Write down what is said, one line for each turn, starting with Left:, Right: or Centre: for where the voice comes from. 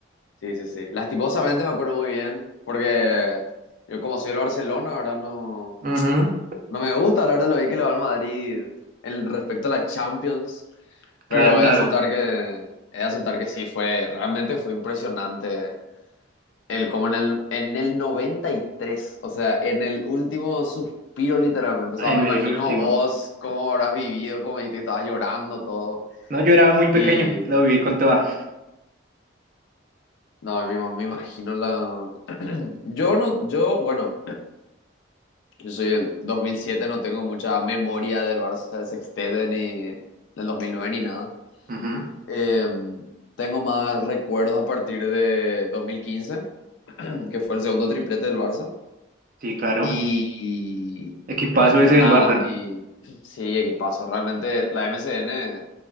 Left: Sí, sí, sí. Lastimosamente me acuerdo muy bien, porque yo como soy del Barcelona, ¿verdad? No,
Right: Ujú,
Left: no me gusta hablar de lo bien que le va al Madrid el respecto a la Champions, pero
Right: Claro, claro,
Left: he de aceptar que, he de aceptar que sí, fue, realmente fue impresionante. El, como en el, en el 93, o sea, en el último suspiro literalmente. O
Right: en
Left: sea, me imagino
Right: el último.
Left: vos cómo habrás vivido, cómo dijiste que estabas llorando, todo.
Right: No, yo era muy
Left: Y
Right: pequeño, lo viví con toda.
Left: no, me, ima- me imagino la... <clears throat> Yo no, yo, bueno, yo soy el 2007 no tengo mucha memoria del Barça del Sextete ni del 2009 ni nada.
Right: Ujú,
Left: Eh, tengo más recuerdos a partir de 2015 <clears throat> que fue el segundo triplete del Barça.
Right: Sí, claro,
Left: Y, y
Right: equipazo
Left: <clears throat>
Right: ese del
Left: nada,
Right: Barça.
Left: y sí, equipazo. Realmente la M S N